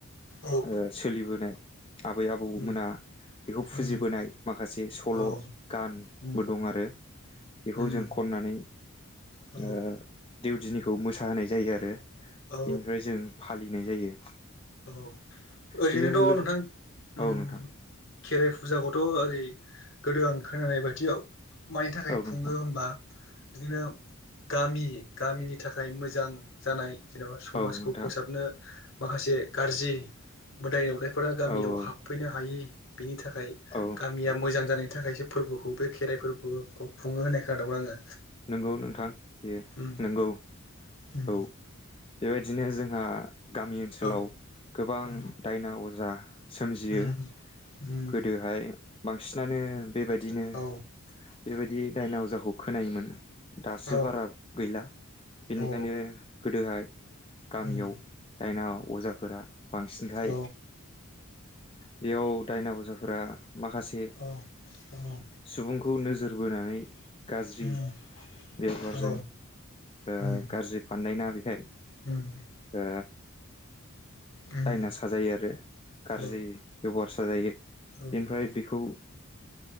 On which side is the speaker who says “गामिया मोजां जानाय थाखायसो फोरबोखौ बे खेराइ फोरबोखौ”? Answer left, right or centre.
Left